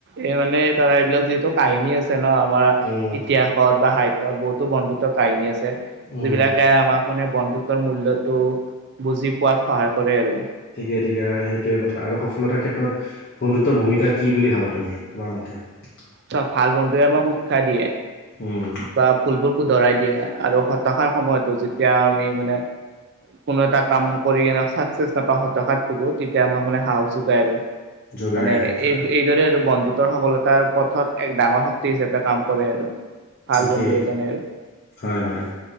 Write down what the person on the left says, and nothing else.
উম
উম
ঠিকেই ঠিকে আৰু সেইটোৱে কথা আৰু সফলতাৰ ক্ষেত্ৰত বন্ধুত্বৰ ভূমিকা কি বুলি ভাবা তুমি তোমাৰ মতে ততি <unintelligible>
উম
যোগাই
আৰু
ঠিকেই
হয় হয়